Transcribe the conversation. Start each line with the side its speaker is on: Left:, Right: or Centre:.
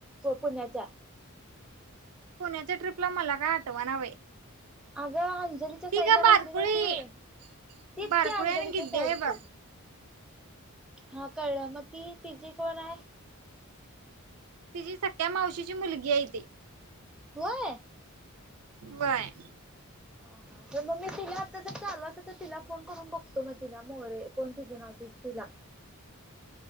Centre: पुण्याच्या.
Right: पुण्याच्या ट्रिपला मला काय आठवाणा बाई.
Centre: अग हां. अंजलीच्या साईड
Right: ती ग
Centre: ला
Right: बारकुळी
Centre: बसली नव्हती व्हं तिचं
Right: बारकुळी
Centre: कि अंजलीच्या
Right: आणि गिड्डी
Centre: साईडची
Right: आहे बघ
Centre: हा कळलं मग ती तिझी कोण आहे?
Right: तिझी सस्खा मावशीची मुलगी आहे ती
Centre: व्हंय
Right: बाय
Centre: हा तर मग् मी तिला आता जर चालू असत तर तिला फोन करून बघतो मग तिला मोरे कोण तीझं नाव दिप्तीला
Right: <unintelligible>